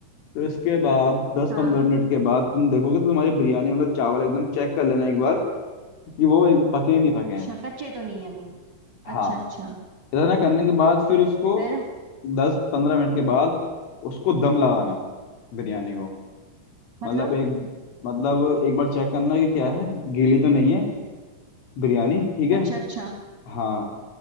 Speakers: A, on the left; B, on the right.
A: तो इसके बाद दस
B: हाँ
A: पंद्रह मिनट के बाद तुम देखोगे तो तुम्हारी बिरयानी मतलब चावल एकदम चेक कर लेना एक बार कि वो एक पके नहीं पके
B: अच्छा
A: हैं
B: कच्चे तो नहीं है वो
A: हाँ
B: अच्छा अच्छा
A: इतना करने के बाद फिर उसको
B: फिर
A: दस पंद्रह मिनट के बाद उसको दम लगाना बिरयानी को
B: मतलब
A: मतलब एक मतलब एक बार चेक करना कि क्या है गीली तो नहीं है बिरयानी ठीक है
B: अच्छा अच्छा
A: हाँ